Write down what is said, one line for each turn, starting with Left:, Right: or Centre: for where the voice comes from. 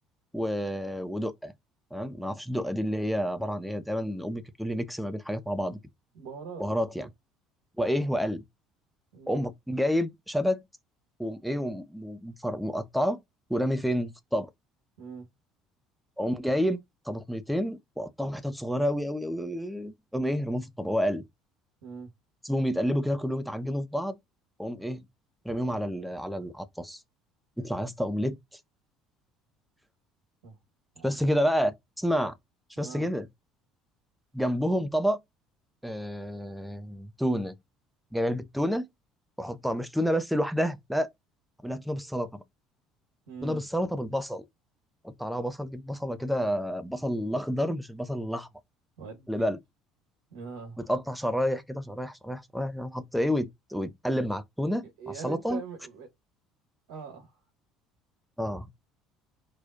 Centre: و... ودقه تمام ما اعرفش الدقه دي اللي هي عباره عن ايه دايما امي كانت بتقول لي ميكس ما بين حاجات مع بعض كده
Right: بهارات
Centre: بهارات
Right: يعني
Centre: يعني
Right: آه.
Centre: وايه واقلب
Right: مم.
Centre: اقوم جايب شبت واقوم ايه وم- ومفر- ومقطعه ورامي فين في الطبق
Right: مم.
Centre: اقوم جايب طماطميتين واقطعهم حتت صغيره قوي قوي قوي اقوم ايه رميهم في الطبق اقلب
Right: مم.
Centre: سيبهم يتقلبوا كده كلهم يتعجنوا في بعض اقوم ايه رميهم على ال... على ال- على الطاس يطلع يا اسطى اومليت
Right: اه
Centre: مش
Right: يا عبد-
Centre: بس كده بقى اسمع مش
Right: اه
Centre: بس كده جنبهم طبق آه... تونه جايب علبه تونه واحطها مش تونه بس لوحدها لا اعملها تونه بالسلطه بقى
Right: مم.
Centre: تونه بالسلطه بالبصل حط عليها بصل جيب بصله كده بصل الاخضر مش البصل الاحمر
Right: ودي
Centre: خلي بالك
Right: اه
Centre: بتقطع شرايح كده شرايح شرايح شرايح وتحط ايه ويت... ويتقلب مع التونه
Right: يعني
Centre: مع السلطه
Right: انت م... م- اه
Centre: اه